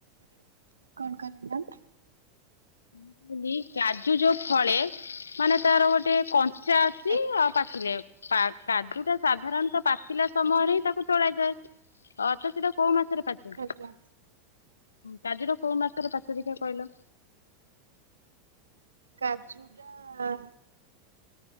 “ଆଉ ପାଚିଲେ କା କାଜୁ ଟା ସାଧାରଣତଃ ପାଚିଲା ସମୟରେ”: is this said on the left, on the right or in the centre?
Left